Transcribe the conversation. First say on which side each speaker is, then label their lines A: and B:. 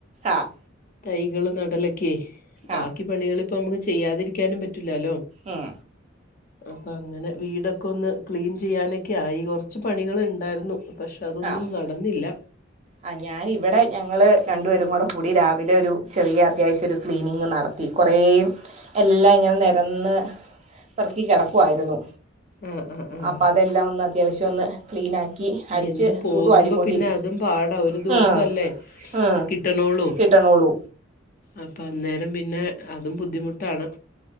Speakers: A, on the right; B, on the left.
A: ആഹ്
B: തൈകള് നടലൊക്കെ. ബാക്കി
A: ആ
B: പണികള് ഇപ്പം നമുക്ക് ചെയ്യാതിരിക്കാനും പറ്റുല്ലാലോ
A: ഉം
B: അപ്പൊ അങ്ങനെ വീടൊക്കെ ഒന്ന് ക്ലീൻ ചെയ്യാനൊക്കെ ആയി കൊറച്ച് പണികള് ഉണ്ടായിരുന്നു പക്ഷെ അതൊന്നും
A: അഹ്
B: നടന്നില്ല
A: ആഹ് ഞാനിവടെ ഞങ്ങള് രണ്ടു പേരും കൂടെ കൂടി രാവിലെ ഒരു ചെറിയ അത്യാവശ്യം ഒരു ക്ലീനിങ് നടത പത്തി കൊറേ എല്ലാ ഇങ്ങനെ നെരന്ന് എറക്കി കെടക്കുവായിരുന്നു
B: ആ ആ ആ
A: അപ്പം അതെല്ലാം ഒന്ന് അത്യാവശ്യം ഒന്ന് ക്ലീനാക്കി അടിച്ച്
B: ഇന്നും പോകുമ്പ
A: തൂത്തുവാരിക്കൊണ്ടിരിക്കും
B: പിന്നെ അതും പാടാ. ഒരു ദിവസംല്ലേ
A: ഉം, ഉം.
B: കിട്ടണൊള്ളൂ.
A: കിട്ടണോളൂ
B: അപ്പം അന്നേരം പിന്നെ അതും ബുദ്ധിമുട്ടാണ്